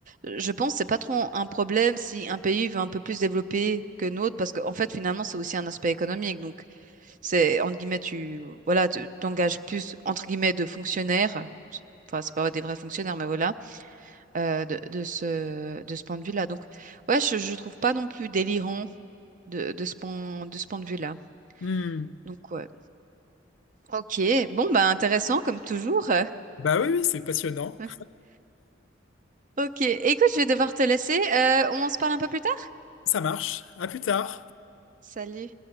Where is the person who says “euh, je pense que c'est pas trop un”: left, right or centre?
Right